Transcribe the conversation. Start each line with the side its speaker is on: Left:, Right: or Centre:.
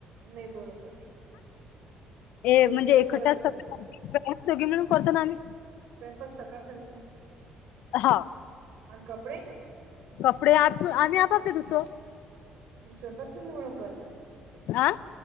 Right: नाही बरोबर आहे
Left: ए
Right: दोघी
Left: म्हणजे
Right: मिळून
Left: एकट्या
Right: करत
Left: सग
Right: असाल
Left: दोघी मिळून करतो ना आम्ही
Right: स्वयंपाक सकाळ
Left: हा
Right: अन कपडे
Left: कपडे आप आम्ही आपापले दुतो
Right: म स्वतक बरी म्हणून करत
Left: आ